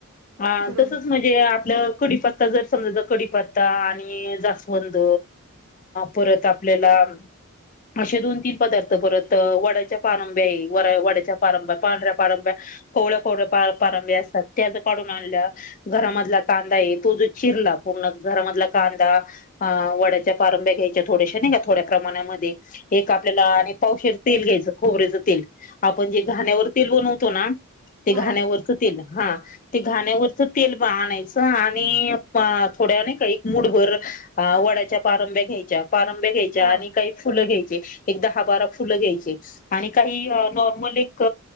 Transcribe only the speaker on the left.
हा
तसच म्हणजे आप कढीपत्ता जर समजा कढीपत्ता आणि जांस्वंद परत आप ला. असे दोन तीन पदार्थ परत वड्याच्या पारंब्या व वड्याच्या पारभ्या पांढऱ्या पारंब्या कोळ कोळ परंब्या सतात कढून आणल्या घरामधला कांदा ये तो जो चिरला पूर्ण घरामधला कांदा वड्याच्या प घ्यायच्या थोड्याश नाही का थोड्या प्रमाणामध्ये एक आपल्याला आणि पावश तेल घ्यायचं खोबरेचं तेल. आपण जे घाण्यावर तेल बनवतो ना ते घाण्यावरच
तेल हा ते घाण्यावर तेल ब आणायच आणि थोड्या नाही का मभर वडाच्या पारंब्या घ्यायच्या पारंब्या घ्यायच्या
आणि काही फुलं घ्याय दहा-बारा फुल घ्यायची आणि काही नॉर्मल एक